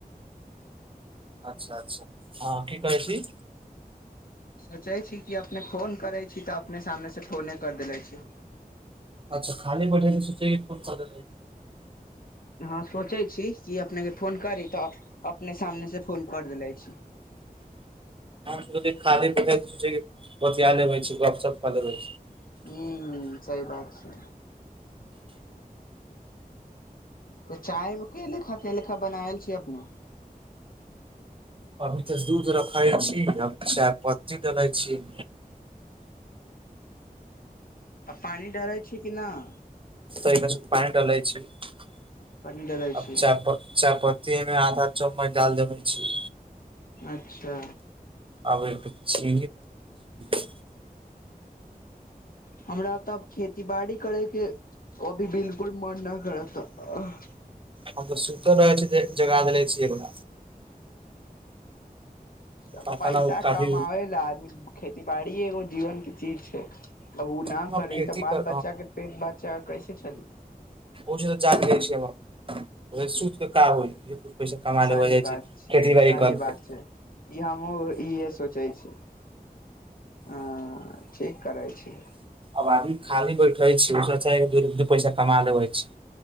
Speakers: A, on the right; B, on the left.
A: अच्छा, अच्छा, हँ कि कहै छै
B: सोचै छी कि अपने फोन करै छै तऽ अपने सामने से फोने कर देले छी।
A: अच्छा, खाली पैठैल सु फोन कर
B: हँ सोचै छै कि अपनेके फोन करी तऽ अपने सामने से फोन कर देले छै।
A: सो खाली पोया ले गपशप कऽ लेबे।
B: हैं, सहि बात छै। तऽ चाय मे किया उत्ते लते लेखा के लेखा बनाएल छी अपने
A: अभी तऽ दूध रखइ अछि, अच्छा पत्ती देलइ छै।
B: आ पानी डालै छै, कि नहि।
A: तऽ एक पान डालय छै। आ
B: पानी डालै छी
A: चार पक चापत्ती अमे आधा चम्मच डाल जमै छी।
B: अच्छा।
A: आबे छै <unintelligible>
B: हमरा तऽ खेती बाड़ी करे कऽ ओ भी बिल्कूल मने खड़ा त
A: हम सुत रह छै, जगा देलै छैगा।
B: त
A: पता
B: पैसा
A: न काफी
B: कम लऽ आदमी खेती बाड़ी एगो जीवन के चीज छै बहु।
A: हम
B: न करि
A: खेती
B: तऽ बाल
A: कर
B: बच्चा के पेट बचा कैसे चली
A: ओ छै, तऽ च छै, सुति कऽ होइ पैसा कम
B: सही
A: ले हो जाइ
B: बात
A: छै, खेती बाड़ी
B: सही
A: करते।
B: बात छै ई हमहूँ इहे सोचै छै। आ, ठीक करै छी।
A: अब आदमी खाली बैठे छै उ से अच्छा दू पैसा कमा लेबे छै।